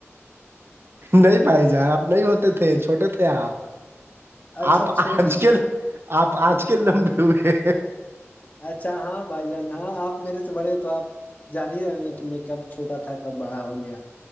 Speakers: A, on the right; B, on the left.
A: نہیں بھائی جار آپ نہیں ہوتے تھے چھوٹے تھے آپ
B: اچھا
A: آپ
B: چھوٹے
A: آج
B: تھے
A: کل آپ آج کل لمبے ہوئے
B: اچھا ہاں بھائی جان ہاں آپ میرے سے بڑے ہیں تو آپ جان ہی رہے ہیں کب چھوٹا تھا کب بڑا ہو گیا